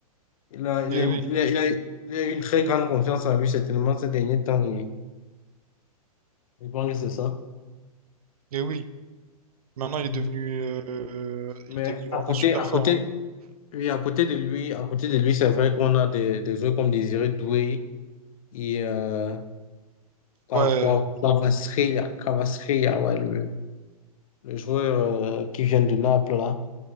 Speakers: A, on the left; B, on the right.
A: Il a, il
B: Et
A: est-
B: oui,
A: il est- il a- il a une très grande confiance en lui, certainement, ces derniers temps. Et, je pense que c'est ça.
B: et oui. Maintenant, il
A: Mhm.
B: est devenu, euh, euh,
A: Mais
B: il est devenu vraiment
A: à côté,
B: super
A: à
B: fort.
A: côté,
B: hein.
A: oui, à côté de lui, à côté de lui, c'est vrai qu'on a des, des joueurs comme Désiré Doué et euh, Kwa-
B: Ouais.
A: Kwa- Kwavaskhlia- Kwavaskhlia, ouais, le, le joueur euh, qui vient de Naples, là.